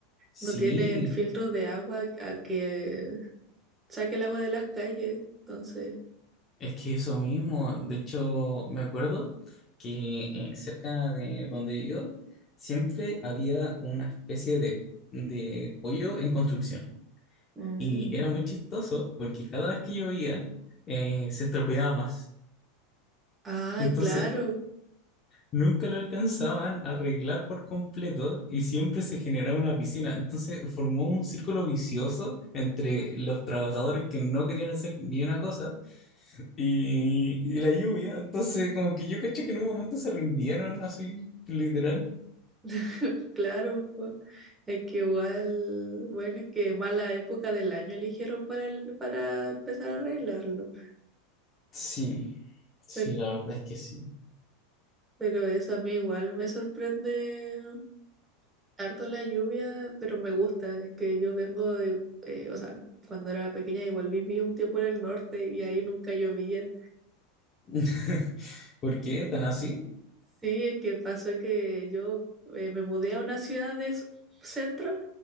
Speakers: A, on the left; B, on the right.
A: Sí,
B: no tienen filtros de agua a que saque el agua de las calles. Entonces,
A: es que eso mismo, de hecho me acuerdo que eh, cerca de donde yo siempre había una especie de, de hoyo en construcción.
B: mm.
A: Y era muy chistoso porque cada vez que llovía eh, se estropeaba más.
B: Ah,
A: Entonces
B: claro,
A: nunca lo alcanzaban a arreglar por completo y siempre se generaba una piscina. Entonces formó un círculo vicioso entre los trabajadores que no querían hacer ni una cosa y, y la lluvia. Entonces como que yo caché que en un momento se rindieron así, literal.
B: <laughs> claro. po. Es que igual, bueno, es que mala época del año eligieron para, el- para empezar a arreglarlo.
A: Sí, sí,
B: Per-
A: la verdad es que sí.
B: Pero, eso a mí igual me sorprende harto la lluvia, pero me gusta. Es que yo vengo de, eh, o sea, cuando era pequeña igual viví un tiempo en el norte y ahí nunca llovía.
A: <laughs> ¿Por qué tan así?
B: Sí, es que pasó que yo eh, me mudé a una ciudad de s- centro